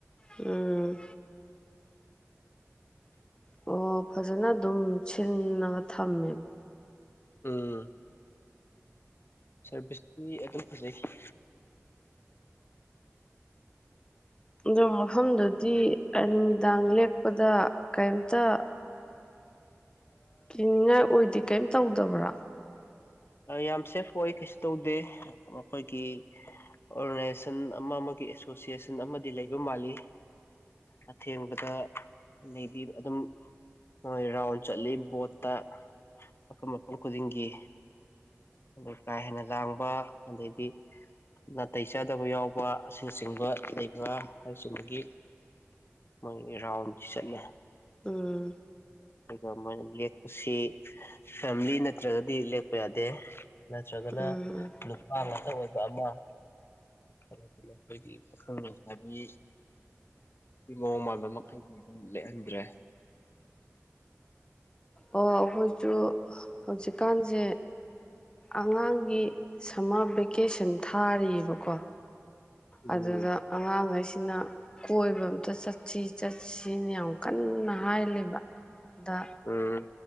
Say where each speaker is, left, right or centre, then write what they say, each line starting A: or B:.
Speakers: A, on the left; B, on the left.
A: ꯎꯝ ꯑꯣ ꯐꯖꯅ ꯑꯗꯨꯝ ꯁꯤꯜꯂꯒ ꯊꯝꯃꯦꯕ
B: ꯎꯝ ꯁꯥꯔꯚꯤꯁꯇꯤ ꯑꯗꯨꯝ ꯐꯖꯩꯈꯤ
A: ꯑ ꯃꯐꯝꯗꯨꯗꯤ ꯅꯨꯃꯤꯗꯥꯡ ꯂꯦꯛ ꯗ ꯀꯩꯝꯇ ꯀꯤꯅꯤꯡꯉꯥꯏ ꯑꯣꯏꯗꯦ ꯀꯩꯝ ꯇꯧꯗꯕ꯭ꯔꯥ
B: ꯌꯥꯝ ꯁꯦꯐ ꯑꯣꯏ ꯀꯩꯁꯨ ꯇꯧꯗꯦ ꯃꯈꯣꯏꯒꯤ ꯑꯣꯔꯒꯅꯥꯏꯖꯦꯁꯟ ꯑꯃ ꯑꯃꯒꯤ ꯑꯦꯁꯣꯁꯤꯌꯦꯁꯟ ꯑꯃꯗꯤ ꯂꯩꯕ ꯃꯥꯜꯂꯤ ꯑꯊꯦꯡꯕꯗ ꯑꯗꯩꯗꯤ ꯑꯗꯨꯝ ꯅꯣꯏ ꯔꯥꯎꯟ ꯆꯠꯂꯤ ꯕꯣꯠꯇ ꯃꯐꯝꯐꯝ ꯃꯐꯝ ꯈꯨꯗꯤꯡꯒꯤ ꯑꯗꯩ ꯀꯥ ꯍꯦꯟꯅ ꯂꯥꯡꯕ ꯑꯗꯩꯗꯤ ꯅꯥꯇꯩ ꯆꯥꯗꯕ ꯌꯥꯎꯕ ꯑꯁꯤꯅꯆꯤꯡꯕ ꯂꯩꯕ ꯍꯥꯏꯕꯆꯤꯡꯕꯒꯤ ꯃꯣꯏꯒꯤ ꯔꯥꯎꯟꯁꯤ ꯆꯠꯂꯦ
A: ꯎꯝ
B: ꯑꯗꯨꯒ ꯃꯣꯏꯅ ꯂꯦꯛꯄꯁꯤ ꯐꯦꯃꯤꯂꯤ ꯅꯠꯇ꯭ꯔꯒꯗꯤ ꯂꯦꯛꯄ ꯌꯥꯗꯦ ꯅ ꯆꯒꯅ
A: ꯎꯝ
B: <inaudible> ꯑꯩꯈꯣꯏꯒꯤ ꯄꯥꯈꯪ ꯂꯩꯁꯥꯕꯤ ꯃꯑꯣꯡ ꯃꯥꯟꯕ ꯃꯈꯩꯗꯤ ꯑꯗꯨꯝ ꯂꯩꯦꯛꯍꯟꯗ꯭ꯔꯦ
A: ꯑꯣ ꯑꯩꯈꯣꯏꯁꯨ ꯍꯧꯖꯤꯛꯀꯥꯟꯁꯦ ꯑꯉꯥꯡ ꯑꯩ ꯒꯤ ꯁꯝꯃꯔ ꯚꯦꯀꯦꯁꯟ ꯊꯥꯔꯤꯑꯕꯀꯣ
B: ꯎꯝ
A: ꯑꯗꯨꯗ ꯑꯉꯥꯡꯉ ꯁꯤꯅ ꯀꯣꯏꯕ ꯑꯝꯇ ꯆꯠꯁꯤ ꯆꯠꯁꯤꯅ ꯌꯥꯝ ꯀꯟꯅ ꯍꯥꯏ ꯂꯩꯕꯗ
B: ꯎꯝ